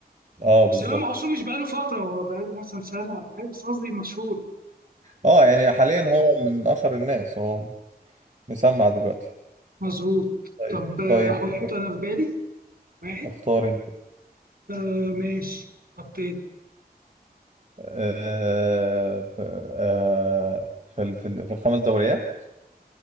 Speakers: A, on the right; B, on the right.
A: اه بالظبط
B: بس امام عاشور مش بقاله فتره هو بقاله مثلا سنه ولا حاجه بس قصدي مشهور
A: اه يعني حاليا هو من اشهر الناس هو مسمع دلوقتي
B: مظبوط
A: طيب
B: طب آه،
A: طيب
B: احط
A: أخ-
B: انا في بالي واحد
A: اختار انت
B: آه ماشي حطيت
A: آه ف- آه في ال- في ال- في الخمس دوريات